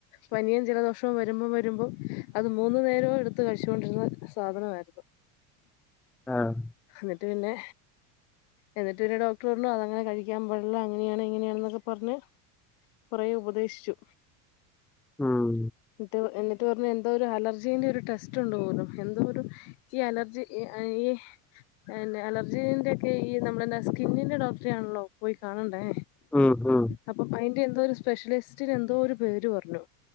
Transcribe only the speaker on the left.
പനിയും ജലദോഷവും വരുമ്പം വരുമ്പോം അത് മൂന്നു നേരവും എടുത്ത് കഴിച്ചുണ്ടിരുന്ന സാധനമായിരുന്നു.
എന്നിട്ട് പിന്നെ എന്നിട്ട് പിന്നെ ഡോക്ടർ പറഞ്ഞു അതങ്ങനെ കഴിക്കാൻ പാടില്ല അങ്ങനെയാണ് ഇങ്ങനെയാണെന്നൊക്കെ പറഞ്ഞ്.. കൊറെ ഉപദേശിച്ചു
ന്നെട്ട് എന്നി പറഞ്ഞഞ് എന്തോ ഒരു അലർജീ്ന്റെ ഒരു ടെസ്റ്റ് ഉണ്ട് പോലും. എന്തോ ഒരു ഈ അലർജി ഈ പി അലർജീന്റെ ഒക്കെ ഈ നമ്മളന്ന സ്കിന്നിന്റെ ഡോക്ടറെ ആണല്ലോ പോയി കാണണ്ടേ.
അപ്പം അതിൻ്റെ എന്തോ ഒരു സ്പെഷ്യലിസ്റ്റിന് എന്തോ ഒരു പേര് പറഞ്ഞു